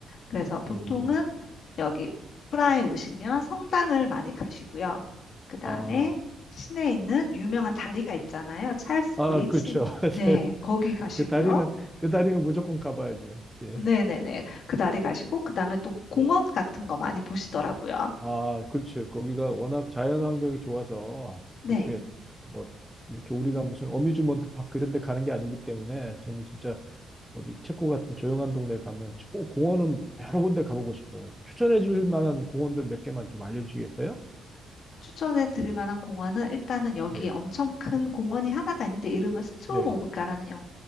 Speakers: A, on the left; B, in the centre.
A: 그래서 보통은
B: 음,
A: 여기 프라하에 오시면 성당을 많이 가시고요. 그 다음에
B: 아,
A: 시내에 있는 유명한 다리가 있잖아요. 찰스
B: 아,
A: 브릿지.
B: 그렇죠. <laughs>
A: 네,
B: 네.
A: 거기 가시고요.
B: 그 다리는, 그 다리는 무조건 가봐야죠. 네,
A: 네네네. 그 다리 가시고, 그 다음에 또 공원
B: 예.
A: 같은 거 많이 보시더라고요.
B: 아, 그렇죠. 거기가 워낙 자연 환경이 좋아서,
A: 네.
B: 그게 뭐, 이렇게 우리가 무슨 어뮤즈먼트 파크 이런 데 가는 게 아니기 때문에 저는 진짜 어디 체코 같은 조용한 동네 가면 꼭 공원은 여러 군데 가보고 싶어요. 추천해 줄 만한 공원들 몇 개만 좀 알려주시겠어요?
A: 추천해 드릴 만한 공원은 일단은 여기
B: 예,
A: 엄청 큰 공원이 하나가 있는데 이름은 스트로모브가라는
B: 네,
A: 영-